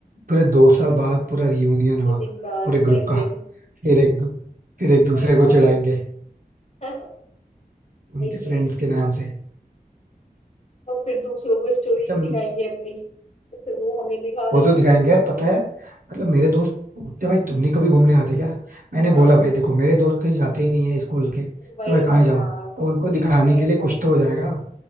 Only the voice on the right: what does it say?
पूरे दो साल बाद पूरा रियूनियन हुआ
पूरे
ग्रुप का
फिर एक दू- फिर एक दूसरे
को
चिढ़ाएंगे
उनके
फ्रेंड्स के नाम से
अच्छा
वो तो
दिखाएंगे यार पता है मतलब मेरे दोस्त पूछते भाई तुम नहीं कभी घूमने आते क्या मैंने
बोला भाई देखो मेरे दोस्त कहीं जाते ही नहीं है स्कूल के
तो मैं कहाँ
जाऊँ तो उनको दिखाने
के लिए
कुछ तो हो जाएगा